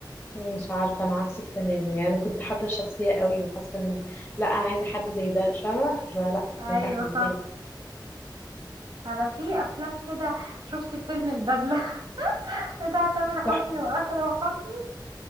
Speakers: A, on the left; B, on the right.
A: مش عارفة انا عكسك تماما يعني انا كنت حابة الشخصية قوي وحاسة ان لا انا عايزة حد زي ده فاهمة فلا
B: ايوه
A: كنت حابة
B: فاهمة انا في افلام كده شفت فيلم البدلة <laughs> بتاع تامر حسني
A: تحفة
B: واكرم حسني